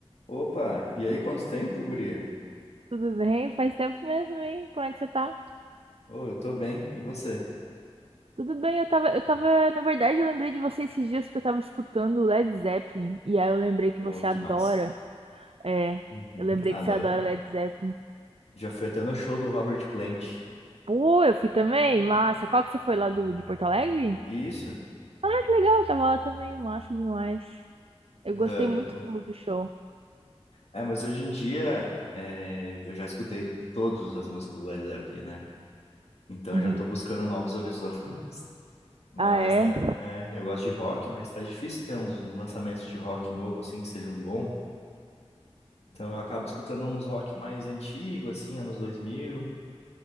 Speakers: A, on the left; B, on the right.
A: Opa, e aí, quanto tempo, guria?
B: Tudo bem? Faz tempo mesmo, hein? Como é que você tá?
A: Ô, eu tô bem, e você?
B: Tudo bem, eu tava, eu tava, na verdade, eu lembrei de você esses dias porque eu tava escutando o Led Zeppelin, e aí eu lembrei que
A: Ô,
B: você
A: que
B: adora.
A: massa.
B: É,
A: Uhum,
B: eu lembrei
A: adoro.
B: que você adora Led Zeppelin.
A: Já fui até no show do Robert Plant.
B: Pô, eu fui também, massa. Qual que você foi lá do, de Porto Alegre?
A: Isso?
B: Ah, que legal, eu tava lá também, massa demais. Eu
A: Aham,
B: gostei muito
A: bom.
B: do, do show.
A: É, mas hoje em dia é, eu já escutei todas as músicas do Led Zeppelin, né? Então
B: Uhum.
A: eu já tô buscando novos horizontes. <laughs> Mas
B: Ah, é?
A: tá, é, eu gosto de rock, mas tá difícil ter uns, uns lançamentos de rock novo, assim, que sejam bons. Então eu acabo escutando uns rock mais antigo, assim, anos 2000.